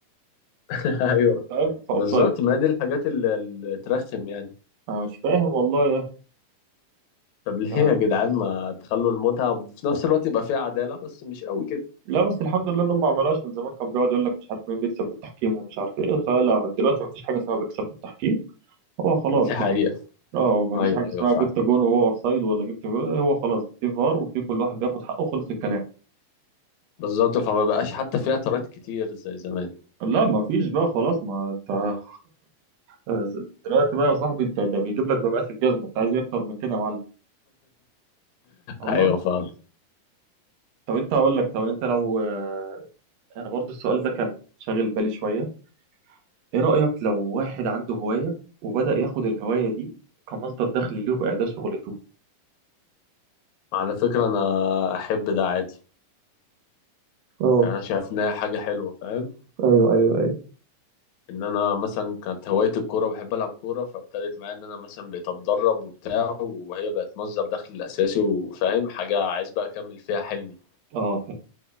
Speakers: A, on the left; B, on the right.
A: <laughs> ايوه
B: فاهم فأوفسايد
A: بالظبط ما دي الحاجات اللي اللي ترخم يعني
B: أنا مش فاهم والله يا أخي
A: طب ليه
B: آه.
A: يا جدعان ما تخلوا المتعة وفي نفس الوقت يبقى فيها عدالة بس مش قوي كده
B: لا بس الحمد لله إنهم ما عملوهاش من زمان كان بيقعد يقول لك مش عارف مين بيكسب بالتحكيم ومش عارف إيه فلا دلوقتي مفيش حاجة اسمها بيكسب بالتحكيم هو خلاص
A: دي حقيقة
B: يعني اه مفيش
A: أيوه
B: حاجه اسمها
A: أيوه فاهم
B: جبت جون وهو اوفسايد ولا جبت جون هو خلاص في فار وفي كل واحد بياخد حقه خلص الكلام
A: بالظبط فما بقاش حتى فيها اعتراض كتير زي زمان
B: لا مفيش بقى خلاص ما انت آه، دلوقتي بقى يا صاحبي انت ده بيجيب لك بمقاس الجزمه انت عايز ايه اكتر من كده يا معلم الله
A: أيوه فاهم
B: طب انت هقول لك طب انت لو آه، انا برضو السؤال ده كان شاغل بالي شويه ايه رايك لو واحد عنده هوايه وبدا ياخد الهوايه دي كمصدر دخل ليه وبقى ده شغلته
A: على فكرة أنا أحب ده عادي
B: اه
A: يعني أنا شايف إنها حاجة حلوة فاهم
B: ايوه ايوه ايوه
A: إن أنا مثلا كانت هواية الكورة بحب ألعب كورة فابتدت معايا إن أنا مثلا بقيت أتدرب وبتاع وهي بقت مصدر دخل الأساسي وفاهم حاجة عايز بقى أكمل فيها حلمي
B: اه